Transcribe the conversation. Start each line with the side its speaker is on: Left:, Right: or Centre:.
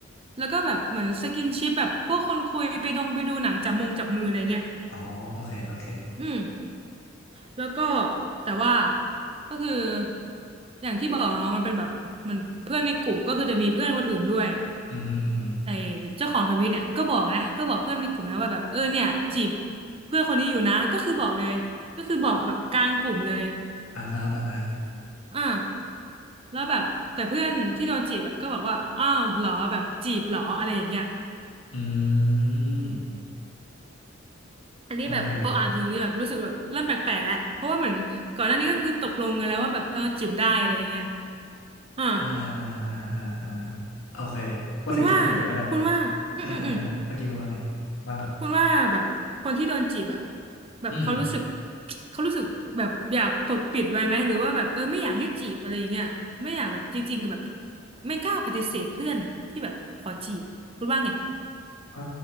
Right: แล้วก็แบบเหมือนสกินชิปแบบพวกคนคุยไปดงไปดูหนังจับมงจับมืออะไรเงี้ย
Left: อ๋อโอเคโอเค
Right: อืมแล้วก็แต่ว่าก็คืออย่างที่บอกเนาะมันเป็นแบบเหมันเพื่อนในกลุ่มก็คือจะมีเพื่อนคนอื่นด้วย
Left: อือฮึอือฮึ
Right: ไอ้เจ้าของทวิตเนี่ยก็บอกนะก็บอกเพื่อนในกลุ่มนะว่าแบบเออเนี่ยจีบเพื่อนคนนี้อยู่นะก็คือบอกเลยก็คือบอกแบบกลางกลุ่มเลย
Left: อ่าฮะอ่าฮะ
Right: อ่าแล้วแบบแต่เพื่อนที่โดนจีบอะก็บอกว่าอ้าวเหรอแบบจีบเหรออะไรอย่างเงี้ย
Left: อืม
Right: อันนี้แบบพออ่านถึงตรงนี้แบบรู้สึกแบบเริ่มแปลกๆแล้วเพราะว่าเหมือนก่อนหน้านี้ก็คือตกลงกันแล้วว่าแบบเออจีบได้อะไรเงี้ย
Left: โอเค
Right: อ่า
Left: อ่าอ่าอ่าอ่าอ่าโอเคมาถึงจุดนี้ก่อนแล้วกัน
Right: คุณว่าคุณว่าอืมอืมอืม
Left: อ่าอ่าอ่าเมื่อกี้คุณว่าไงบ้างครับ
Right: คุณว่าแบบคนที่โดนจีบอะแบบเขารู้สึก
Left: อืม
Right: เขารู้สึกแบบอยากปกปิดไว้ไหมหรือว่าแบบเออไม่อยากให้จีบอะไรเงี้ยไม่อยากแบบจริงๆกับแบบไม่กล้าปฏิเสธเพื่อนที่แบบขอจีบคุณว่าไง
Left: เอ่